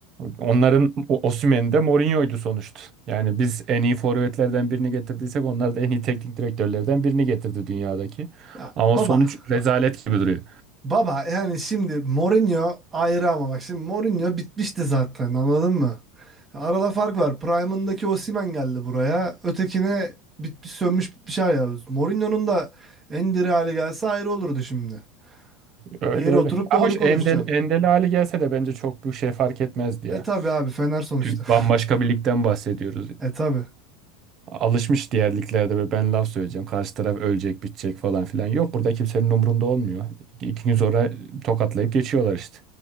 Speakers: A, on the right; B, on the right.
A: Onların o- Osimhen de Mourinho'ydu sonuçta. Yani biz en iyi forvetlerden birini getirdiysek onlar da en iyi teknik direktörlerden birini getirdi dünyadaki.
B: Ya
A: Ama
B: baba
A: sonuç rezalet gibi duruyor.
B: Baba yani şimdi Mourinho ayrı ama bak şimdi Mourinho bitmişti zaten anladın mı? Arada fark var. Prime'ındaki Osimhen geldi buraya. Ötekine bitmiş sönmüş bitmiş hal ya. Mourinho'nun da en diri hali gelse ayrı olurdu şimdi.
A: Öyle
B: Eğri
A: öyle.
B: oturup
A: Ya
B: doğru
A: hoş
B: konuşacaksın.
A: Endel, Endel hali gelse de bence çok bir şey fark etmezdi
B: E
A: ya.
B: tabi abi Fener sonuçta.
A: Türk-
B: <laughs>
A: Bambaşka bir ligden bahsediyoruz.
B: E tabi.
A: Alışmış diğer liglerde ve ben laf söyleyeceğim. Karşı taraf ölecek, bitecek falan filan. Yok burada kimsenin umurunda olmuyor. İki, iki gün sonra tokatlayıp geçiyorlar işte.